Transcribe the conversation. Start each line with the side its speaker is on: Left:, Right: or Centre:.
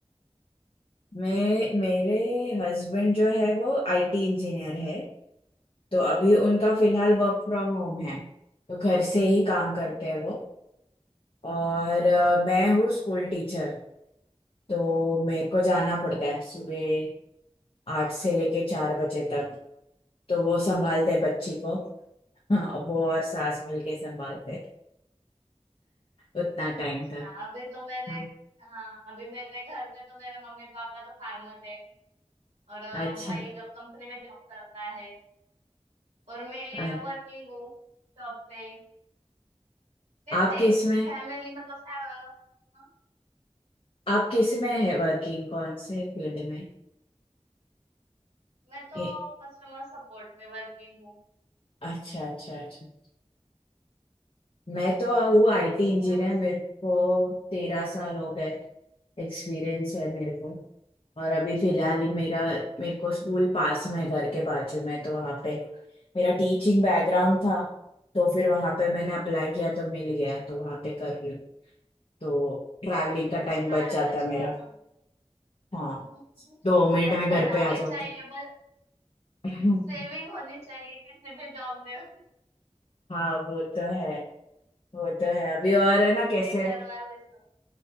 Left: मैं मेरे हस्बैंड जो है वो आईटी इंजीनियर है तो अभी उनका फिलहाल वर्क फ्रॉम होम है तो घर से ही काम करते हैं वो और अ, मैं हूँ स्कूल टीचर तो मेरे को जाना पड़ता है सुबह आठ से लेके चार बजे तक तो वो संभालते हैं बच्ची को हाँ वो और सास मिलके संभालते उतना टाइम
Right: अच्छा
Left: तक
Right: अभी तो मेरे
Left: हाँ
Right: हाँ अभी मेरे घर पे तो मेरे मम्मी पापा तो फार्मर है और अ,
Left: अच्छा
Right: भाई जो कंपनी में जॉब करता है और मैं
Left: अ-
Right: वर्किंग हूँ जॉब पे कैसे
Left: आपके इसमें
Right: फैमिली मतलब फै- हाँ,
Left: आपके इसमें है वर्किंग कौन से फील्ड में
Right: मैं तो
Left: ए,
Right: कस्टमर सपोर्ट में वर्किंग हूँ
Left: अच्छा अच्छा अच्छा मैं तो
Right: हम्म,
Left: हूँ आईटी इंजीनियर
Right: और
Left: मेरे को तेरह साल हो गए एक्सपीरियंस है मेरे को और अभी फिलहाल ही मेरा मेरे को स्कूल पास में है, घर के बाजू में तो वहाँ पे मेरा टीचिंग बैकग्राउंड था तो फिर वहाँ पे मैंने अप्लाई किया तो मिल गया तो वहाँ पे कर रही हूँ तो ट्रैवलिंग का टाइम
Right: अच्छा
Left: बच जाता
Right: अच्छा
Left: है मेरा
Right: है ना
Left: हाँ
Right: <laughs>
Left: दो मिनट
Right: अच्छा
Left: में घर
Right: है ना
Left: पे
Right: वही
Left: आ जाती
Right: चाहिए बस
Left: <laughs> हम्म,
Right: सेविंग होनी चाहिए किसी भी जॉब में <laughs>
Left: हाँ वो तो है वो तो है अभी और है ना
Right: कैसे
Left: कैसे
Right: घर वाले सब